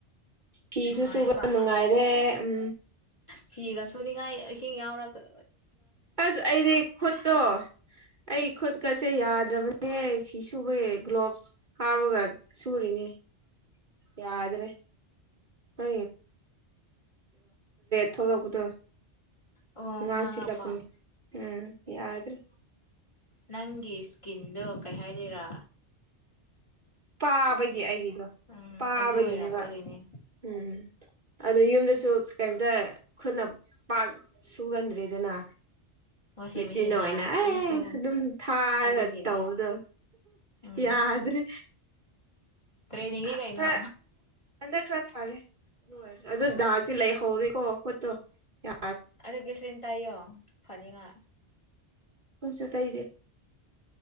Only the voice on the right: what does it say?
ꯐꯤꯁꯨ
ꯁꯨꯕ ꯅꯨꯡꯉꯥꯏꯔꯦ ꯎꯝ
ꯑꯁ ꯑꯩꯗꯤ ꯈꯣꯠꯇꯣ ꯑꯩ ꯈꯨꯠꯀꯁꯦ ꯌꯥꯗ꯭ꯔꯕꯅꯦꯍ ꯐꯤ ꯁꯨꯕꯦ ꯒ꯭ꯂꯣꯚꯁ ꯍꯥꯕꯒ ꯁꯨꯔꯤꯅꯦ ꯌꯥꯗ꯭ꯔꯦ ꯍ ꯊꯣꯛꯂꯛꯄꯗꯣ
ꯉꯥꯟꯁꯤꯂ
ꯄꯨꯅꯤ ꯎꯝ ꯌꯥꯗ꯭ꯔꯦ
ꯄꯥꯕꯒꯤ ꯑꯩꯒꯤꯗꯣ
ꯄꯥꯕꯒꯤꯅꯦꯕ
ꯎꯝ ꯑꯗꯨ ꯌꯨꯝꯗꯁꯨ ꯀꯩꯇ ꯈꯨꯠꯅ ꯄꯥꯛ ꯁꯨꯒꯟꯗ ꯗꯅ
ꯃꯦꯆꯤꯟꯗ
ꯑꯣꯏꯅ
ꯑꯦ
ꯑꯗꯨꯝ ꯊꯥꯔ
ꯇꯧꯕꯗꯣ
ꯌꯥꯗ꯭ꯔꯦ
ꯈꯔ
ꯍꯟꯗꯛ ꯈꯔ ꯐꯔꯦ ꯑꯗꯨ ꯑꯣꯏꯔꯁꯨ ꯑꯗꯨ ꯗꯥꯛꯇ ꯂꯩ ꯍꯧꯔꯤꯦ ꯀꯣ ꯀꯣꯠꯇꯣ ꯌꯥ
ꯄꯨꯝꯁ ꯇꯥꯏꯗ